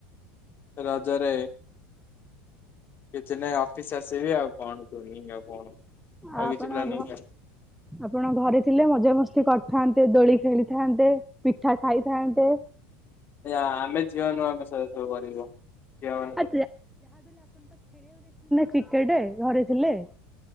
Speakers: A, on the left; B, in the centre.
A: ରଜରେ କିଛି ନାଇ ଅଫିସ ଆସିବି ଆଉ କଣ ପ୍ଲାନିଙ୍ଗ ଆଉ କଣ? ଆଉ
B: ଆ-ଆପଣ
A: କିଛି ପ୍ଲାନିଂ
B: ଘ
A: ନାହିଁ
B: ଆପଣ ଘରେ ଥିଲେ ମଜାମସ୍ତି କର। ଥାନ୍ତେ- ଦୋଳି ଖେଳିଥାନ୍ତେ-ପିଠା ଖାଇଥାନ୍ତେ।
A: ଆ, ଆମେ ଝିଅ ନୁହ, ଆମେ ସ ସବୁ କରିବୁ, ଝିଅ ମାନେ
B: ଆଉ
A: କ।
B: ଟିକେଟେ, ଘରେ ଥିଲେ,